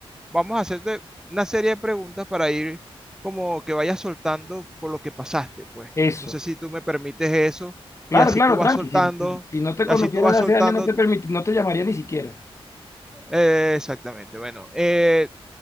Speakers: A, in the centre; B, on the left.
A: vamos a hacerte una serie de preguntas para ir como que vayas soltando por lo que pasaste, pues.
B: eso.
A: No sé si tú me permites eso
B: Claro,
A: y así
B: claro,
A: tú vas
B: tranqui.
A: soltando,
B: Si, si no te conociera
A: y así tú vas
B: de
A: soltando,
B: hace años, no te permiti- no te llamaría ni siquiera.
A: eh, exactamente. Bueno, eh,